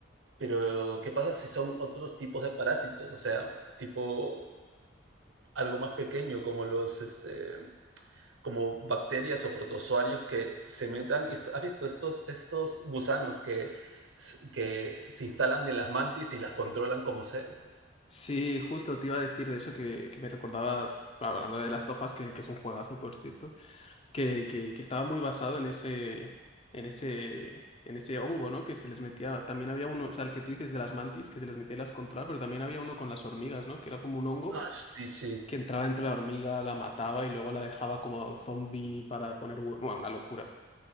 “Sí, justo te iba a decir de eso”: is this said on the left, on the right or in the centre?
Left